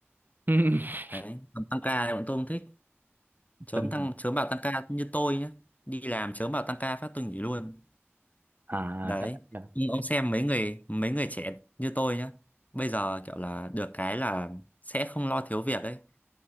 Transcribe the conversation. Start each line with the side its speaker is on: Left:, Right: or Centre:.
Right: <laughs>
Left: đấy còn tăng ca thì bọn tôi không thích chớm
Right: tình
Left: tăng
Right: hình
Left: chớm bảo tăng ca như tôi nhá đi làm chớm bảo tăng ca phát tôi nghỉ luôn
Right: à
Left: đấy
Right: thế- là-
Left: nhưng ông xem mấy người mấy người trẻ như tôi nhá bây giờ kiểu là được cái là sẽ không lo thiếu việc ấy